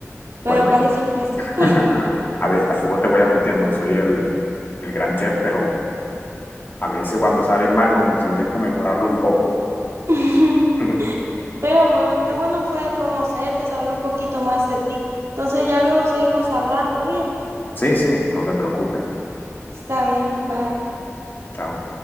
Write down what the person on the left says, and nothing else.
Bueno,
y-
<laughs> a ver, tampoco te voy a mentir, no soy el, el gran chef, pero a veces cuando sale mal, como que intento mejorarlo un poco.
<laughs>
Sí, sí, no te preocupes.
Chao.